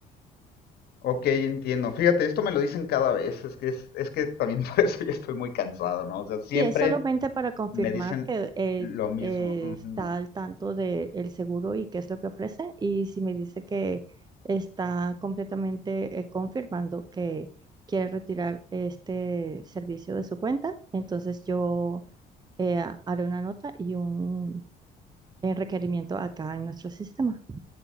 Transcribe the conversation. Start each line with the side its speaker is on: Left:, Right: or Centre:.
Left: Ok, entiendo. Fíjate, esto me lo dicen cada vez. Es que es, es que también <laughs> por eso ya estoy muy cansado, ¿no? O sea, siempre
Right: Sí, es solamente para confirmar
Left: me dicen
Right: que eh,
Left: lo mismo.
Right: eh,
Left: Ujú.
Right: está al tanto del seguro y qué es lo que ofrece. Y si me dice que está completamente eh, confirmando que quiere retirar este servicio de su cuenta, entonces yo eh, haré una nota y un eh, requerimiento acá en nuestro sistema.